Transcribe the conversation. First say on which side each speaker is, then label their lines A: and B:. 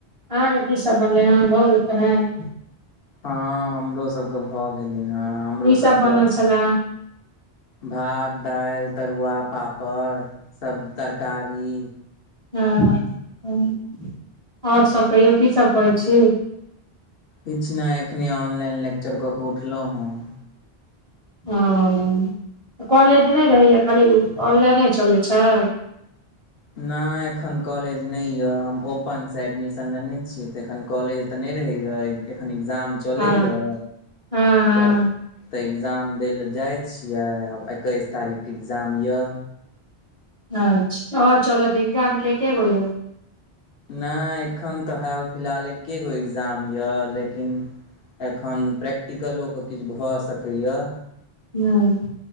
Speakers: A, on the right; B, on the left.
A: अह की सब बनलै हन भऽ गेल खेनाइ।
B: हँ हमरो सभके भऽ गेलै हेँ हमरो
A: की सब
B: सभके।
A: बनल छले
B: भात दालि तरुआ पापड़ सब तरकारी।
A: ह आओर सब कहिौ की सब करै छी।
B: किछु नहि एखनि ऑनलाइन लेक्चर कऽ केऽ उठलहुँ हेँ।
A: ओ कॉलेज नहि रहैए खाली ऑनलाइने चलैत छै।
B: नहि एखन कॉलेज नहि यऽ हम ओपनसँ एडमिशन लेने छीियै तऽ एखन कॉलेज। तऽ नहि रहैया एखन एग्जाम चलै
A: हँ
B: या
A: हँ
B: तऽ। तऽ एग्जाम दै लए जाइ छियै आब एकैस तारीखके एग्जाम यऽ।
A: अच्छा आओर चल दही एग्जाम में के के होय य। <unintelligible>
B: नहि एखन तऽ हाल फिलहाल एक्के गो एग्जाम यऽ लेकिन। एखन प्रैक्टिकलोके किछ भऽ सकैय।
A: हूँ।